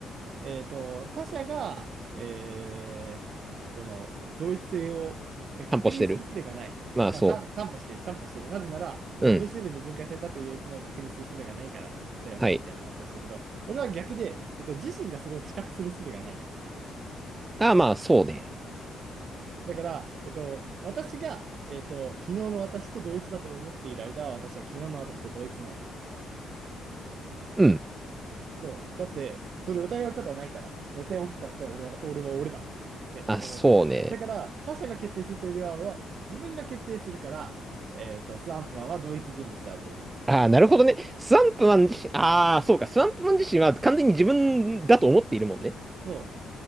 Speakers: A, on the right (about 60°); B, on the right (about 20°).
A: えっと、他者が、えーその、同一性をえ確認する術がない。
B: 担保してる。まあそ
A: まあ、た、担保している、担保している。なぜなら、その分子部に分解されたというのを確認する術がないからだよね、
B: う。うん。はい。
A: みたいな話をしたけど、俺は逆で、えっと、自身がそれを知覚する術がないから
B: ああまあそうね。
A: だから、えっと、私が、えっと、昨日の私と同一だと思っている間は、私は昨日の私と同一なの。
B: うん。
A: そう。だって、それを疑うことはないから。寝て起きたって俺は、俺は俺だって思うから。
B: あ、そうね。
A: だから、他者が決定するというよりは、俺は自分が決定するから、えっと、スワンプマンは同一人物であると言える。
B: ああ、なるほどね。スワンプマン自身、ああ、そうか。スワンプマン自身は完全に自分だと思っているもんね。
A: そ